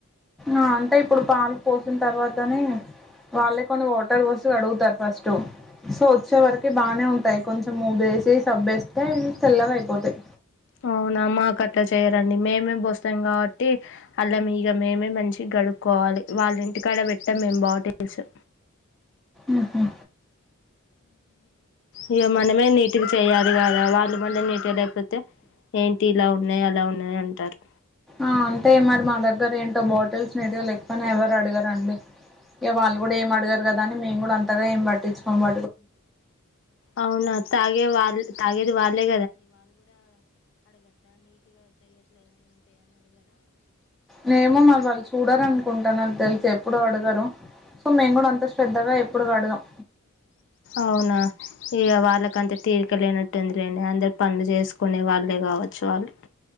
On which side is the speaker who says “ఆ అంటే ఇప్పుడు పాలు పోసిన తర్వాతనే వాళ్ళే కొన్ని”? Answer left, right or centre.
Centre